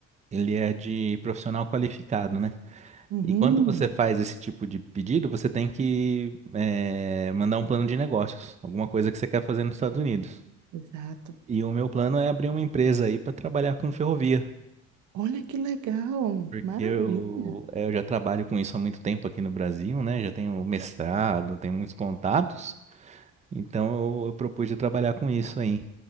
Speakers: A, on the right (about 25°); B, on the right (about 85°).
A: ele é de profissional qualificado, né?
B: Uhum,
A: E quando você faz esse tipo de pedido, você tem que eh, mandar um plano de negócios, alguma coisa que você quer fazer nos Estados Unidos.
B: exato.
A: E o meu plano é abrir uma empresa aí para trabalhar com ferrovia,
B: Olha que legal,
A: porque
B: maravilha.
A: eu, eh, eu já trabalho com isso há muito tempo aqui no Brasil, né? Já tenho mestrado, tenho muitos contatos, então eu, eu propus de trabalhar com isso aí.